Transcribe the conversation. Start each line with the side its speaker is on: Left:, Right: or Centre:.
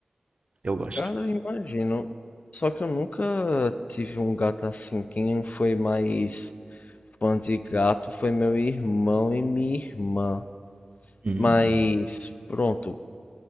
Right: Eu gosto.
Left: cara, eu imagino. Só que eu nunca tive um gato assim. Quem foi mais fã de gato foi meu irmão e minha irmã.
Right: Hum,
Left: Mas pronto,